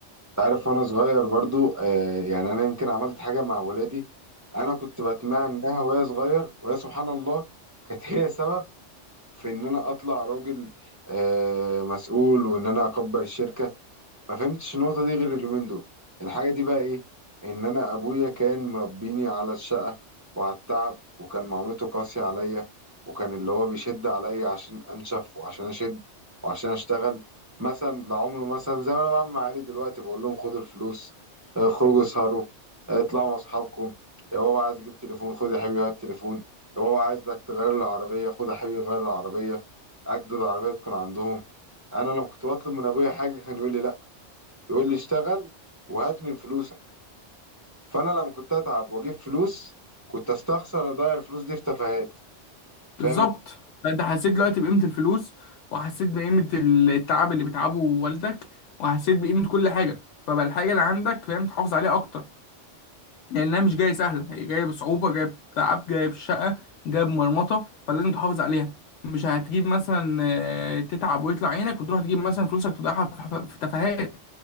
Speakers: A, on the right; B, on the left.
A: عارف وانا صغير برضو آه يعني انا يمكن عملت حاجه مع ولادي انا كنت بتمنى انها وهي صغير وهي سبحان الله كانت هي سبب في ان انا اطلع راجل آه مسؤول وان انا اكبر الشركه ما فهمتش النقطة دي غير اليومين دول الحاجة دي بقى ايه ان انا ابويا كان مربيني على الشقة وعلى التعب وكان معاملته قاسية عليا وكان اللي هو بيشد عليا عشان انشف وعشان اشد وعشان اشتغل مثلا لعمره مثلا زي ما انا بعمل مع عيالي دلوقتي بقول لهم خدوا الفلوس آه، خرجوا اسهروا آه، اطلعوا مع اصحابكم يا بابا عايز اجيب تليفون خد يا حبيبي هات التليفون يا بابا عايزك تغير العربية خد يا حبيبي غير العربية اجدد عربية تكون عندهم انا لما كنت بطلب من ابويا حاجة كان يقول لي لا يقول لي اشتغل وهات من فلوسك فانا لما كنت اتعب واجيب فلوس كنت استخسر اضيع الفلوس دي في تفاهات فاهم
B: بالظبط انت حسيت دلوقتي بقيمة الفلوس وحسيت بقيمة التعب اللي بتعبه والدك وحسيت بقيمة كل حاجة فبقى الحاجة اللي عندك فاهم تحافظ عليها اكتر لانها مش جايه سهله هي جايه بصعوبه جايه بتعب جايه بشقه جايه بمرمطه فلازم تحافظ عليها مش هتجيب مثلا آه، تتعب ويطلع عينك وتروح تجيب مثلا فلوسك تضيعها في حف- في تفاهات